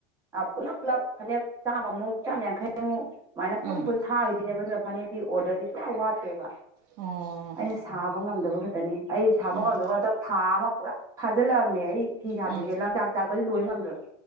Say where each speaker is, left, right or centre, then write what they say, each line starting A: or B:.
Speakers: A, on the right; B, on the right.
A: ꯄꯨꯂꯞ ꯄꯨꯂꯞ ꯐꯅꯦꯛ ꯆꯥꯝꯃꯨꯛ ꯆꯥꯝꯃ ꯌꯥꯡꯈꯩꯃꯨꯛ ꯁꯨꯃꯥꯏꯅ ꯄꯨꯟ
B: ꯑꯥ
A: ꯄꯨꯟ ꯊꯥꯈꯤꯗꯤꯅꯦꯕ ꯐꯅꯦꯛꯛꯇ ꯑꯣꯔꯗꯔꯗꯤꯁꯨ ꯌꯥꯝ ꯋꯥꯠꯇꯦꯕ
B: ꯑꯣ
A: ꯑꯩꯅ ꯁꯥꯕ ꯉꯝꯗꯕ ꯈꯇꯅꯤ ꯑꯩ ꯁꯥꯕ
B: ꯑꯥ
A: ꯉꯝꯗꯕ ꯉꯗ ꯊꯥ ꯑꯃ ꯄꯨꯔꯥ ꯐꯥꯖꯤꯜꯂꯛꯑꯕꯅꯦ ꯑꯩ ꯐꯤ ꯁꯥꯗ꯭ꯔꯤꯁꯦ
B: ꯑꯥ
A: ꯂꯪꯆꯥꯛ ꯆꯥꯛꯄꯁꯨ ꯂꯣꯏ ꯉꯝꯗ꯭ꯔꯕ